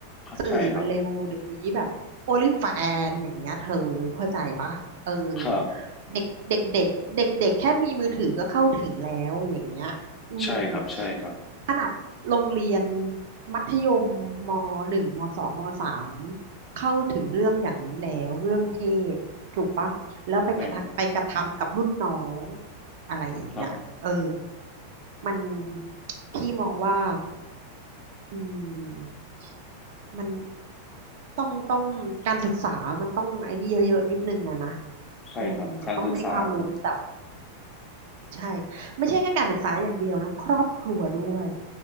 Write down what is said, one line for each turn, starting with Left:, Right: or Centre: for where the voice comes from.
Right: สื่อมันเร็วเดี๋ยวนี้แบบโอลิแฟนอย่างเงี้ยเธอเข้าใจปะเออ
Left: ใช่ครับครับ
Right: เด็กเด็กเด็กเด็กเด็กแค่มีมือถือก็เข้าถึงแล้วอย่างเงี้ยอืม
Left: ใช่ครับใช่ครับ
Right: ขนาดโรงเรียนมัธยมมหนึ่งมสองมสามเข้าถึงเรื่องอย่างนี้แล้วเรื่องเพศถูกปะ แล้วไปกระทำไปกระทำกับรุ่นน้อง
Left: ใช่ครับ
Right: อะไรอย่างเงี้ยเออ
Left: ครับ
Right: มันพี่มองว่าอืมมันต้องต้องการศึกษามันต้องไอ้นี่เยอะๆนิดนึงอะนะ
Left: ใช่ครับ
Right: อืมต้องให้ความรู้แต่
Left: การศึกษาเป็น
Right: ใช่ไม่ใช่แค่การศึกษาอย่างเดียวนะครอบครัวด้วย